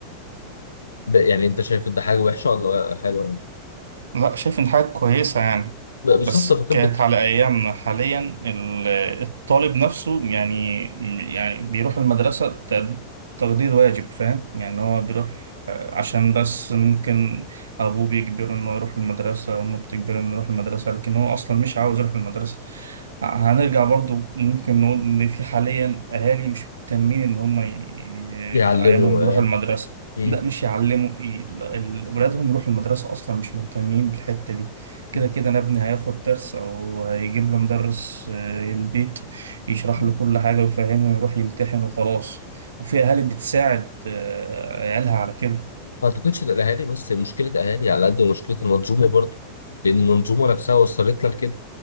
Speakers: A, on the left (about 70°); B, on the right (about 70°).
A: ب- يعني انت شايف ده حاجه وحشه ولا حلوه
B: لا شايف إن حاجة كويسة يعني
A: ب- بالظبط
B: بس
A: فكانت
B: كانت
A: بت...
B: على أيامنا حاليا ال- الطالب نفسه يعني يعني بيروح المدرسة ت- تقضية واجب فاهم يعني هو بيروح آه، عشان بس ممكن أبوه بيجبره إنه يروح المدرسة وأمه بتجبره إنه يروح المدرسة لكن هو أصلا مش عاوز يروح المدرسة هنرجع برضو ممكن نقول إن في حاليا أهالي مش مهتمين إن هم ي-
A: يعلموا
B: عيالهم يروحوا
A: عيال.
B: المدرسة
A: مم.
B: لا مش يعلموا ايه ال- ال- ولادهم يروحوا المدرسة أصلا مش مهتمين بالحتة دي
A: <laughs>
B: كده كده أنا ابني هياخد درس أو هيجيب له مدرس آه، البيت يشرح
A: مم.
B: له كل حاجة ويفهمه ويروح يمتحن وخلاص وفي أهالي بتساعد آه، عيالها على كده
A: ما اعتقدش ان الاهالي بس مشكله اهالي على قد ما مشكله المنظومه برضه لان المنظومه نفسها وصلت لنا لكده